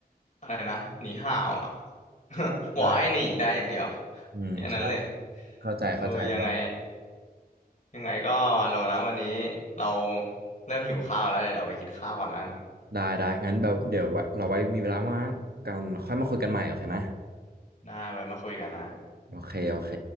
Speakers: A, on the left (about 50°); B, on the right (about 75°).
A: อะไรนะหนีห่าวอ่ะ <laughs>
B: ใช่ใช่
A: บอกไอ้หนีได้อย่างเดียว
B: อืมใช่
A: แค่นั้นเลย
B: เข้าใจเข้าใจแบบ
A: เออยังไงยังไงก็วาโลนะวันนี้เราเริ่มหิวข้าวแล้วเดี๋ยวเราไปกินข้าวก่อนแล้วกัน
B: ได้ได้งั้นแบบเดี๋ยวไว้เราไว้มีเวลาว่างกันค่อยมาคุยกันใหม่โอเคไหม
A: ได้ไว้มาคุยกันนะ
B: โอเคโอเค